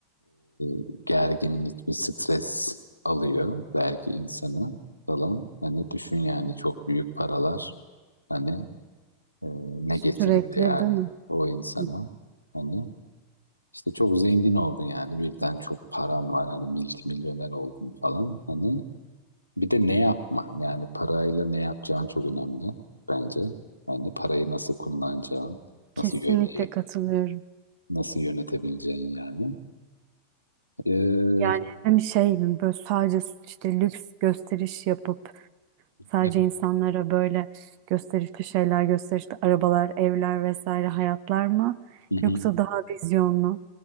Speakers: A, on the left; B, on the right.
A: e, gerginlik, bir stres alıyor belki insanı falan. Hani düşün yani çok büyük paralar hani e, ne getiriyor
B: Sürekli
A: yani
B: değil mi?
A: o insana.
B: Hı. hı.
A: Hani işte çok zengin oldun yani birden çok param var hani milk milyoner oldun falan. Hani bir de ne yapman yani parayla ne yapacağın çok önemli bence. Yani parayı nasıl kullanacağın,
B: Kesinlikle
A: nasıl yön
B: katılıyorum.
A: nasıl yönetebileceğin yani. Ee,
B: Yani hem şey mi böyle sadece işte lüks gösteriş yapıp Sadece
A: evet.
B: insanlara böyle gösterişli şeyler, gösterişli arabalar, evler vesaire hayatlar mı?
A: Hı hı.
B: Yoksa daha vizyonlu,